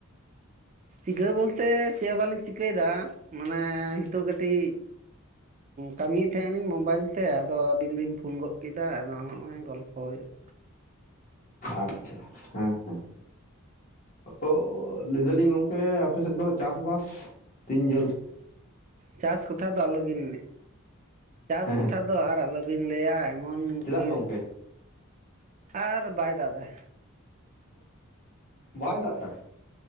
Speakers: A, on the right; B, on the left.
A: ᱪᱤᱠᱟᱹ ᱵᱚᱞᱛᱮ ᱪᱮᱫ ᱵᱞᱤᱧ ᱪᱤᱠᱟᱹᱭᱮᱫᱟ ᱢᱟᱱᱮ ᱦᱤᱛᱚᱜ ᱠᱟᱹᱴᱤᱡ, ᱠᱟᱹᱢᱤᱭᱮᱫ ᱛᱟᱦᱮᱸᱞᱤᱧ ᱢᱳᱵᱟᱭᱤᱞ ᱛᱮ ᱟᱫᱚ ᱟᱹᱵᱤᱱ ᱵᱤᱱ ᱯᱷᱳᱱ ᱜᱚᱫ ᱠᱮᱫᱟ ᱟᱫᱚ ᱦᱚᱸᱜᱼᱚᱭ ᱜᱚᱞᱯᱚ ᱦᱩᱭᱩᱜ
B: ᱟᱪᱪᱷᱟ, ᱦᱮᱸ, ᱦᱮᱸ, ᱚ ᱞᱟᱹᱭ ᱫᱟᱞᱤᱧ ᱜᱚᱝᱠᱮ ᱟᱯᱮᱥᱮᱫ ᱫᱚ ᱪᱟᱥᱵᱟᱥ? ᱛᱤᱱ ᱡᱟᱹᱞ?
A: ᱪᱟᱥ ᱠᱟᱛᱷᱟ ᱫᱚ ᱟᱞᱚᱵᱤᱱ, ᱪᱟᱥ
B: ᱦᱮᱸ
A: ᱠᱚᱛᱷᱟ ᱫᱚ ᱫᱚ ᱟᱨ ᱟᱞᱚᱵᱤᱱ ᱞᱟᱹᱭᱟ ᱮᱢᱚᱱ
B: ᱪᱮᱫᱟᱜ
A: ᱠᱮᱥ
B: ᱜᱚᱢᱠᱮ
A: ᱟᱨ ᱵᱟᱭ ᱫᱟᱜ ᱫᱟᱭ,
B: ᱵᱟᱭ ᱫᱟᱜ ᱫᱟ,